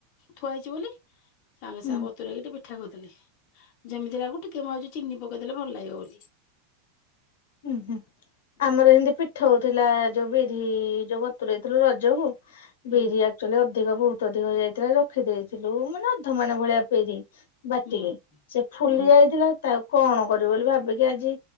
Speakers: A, on the left; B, on the left.
A: ଥୁଆ ହେଇଛି ବୋଲି ସାଙ୍ଗେ
B: ହୁଁ
A: ସାଙ୍ଗେ ବତୁରେଇ ଦେ ଠା କରିଥିଲି ଯେମିତି ଲାଗୁ ଟିକେ ମଛି ଚିନି ପକେଇଦେଲେ ଭଲ ଲାଗିବ ବୋଲି।
B: ହୁଁ ହୁଁ। ଆମର ଏମିତି ପିଠା ହଉଥିଲା ଯୋଉ ବିରି ଯୋଉ ବତୁରେଇଥିଲୁ ରଜକୁ।
A: ହୁଁ
B: ବିରି ଆକ୍ଚୁଆଲି ଅଧିକ ବହୁତ ଅଧିକ ହେଇଯାଇଥିଲା ରଖିଦେଇଥିଲୁ ମାନେ ଅଧ ମାଣେଭଳିଆ ବିରି। ବାଟିକି
A: ହୁଁ
B: ସେ ଫୁଲି
A: ହୁଁ
B: ଯାଇଥିଲା ତାକୁ କଣ କରିବ ବୋଲି ଭାବିକି ଆଜି